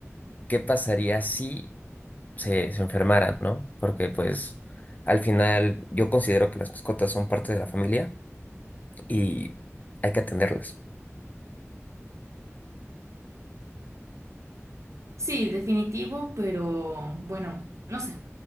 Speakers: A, on the left; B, on the right.
A: qué pasaría si se, se enfermaran, ¿no? Porque pues al final yo considero que las mascotas son parte de la familia y hay que atenderlas.
B: Sí, definitivo, pero bueno, no sé.